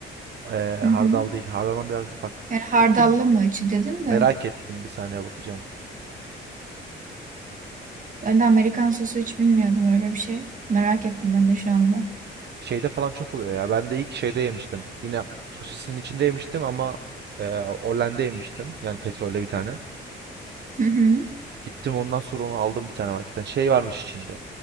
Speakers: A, on the right; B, on the right.
A: Eee, hardal
B: Hı hı.
A: değil. Hardaldan biraz bak
B: Yani hardallı
A: bakayım.
B: mı içi dedim de.
A: Merak ettim. Bir saniye bakacağım.
B: Ben de Amerikan sosu hiç bilmiyordum öyle bir şey. Merak ettim ben de şu anda.
A: Şeyde falan çok oluyor ya. Ben de ilk şeyde yemiştim. Yine sosisin içinde yemiştim ama e, Orlen'de yemiştim. Yani petrolle bir tane.
B: Hı hı.
A: Gittim ondan sonra onu aldım bir tane marketten. Şey varmış içinde.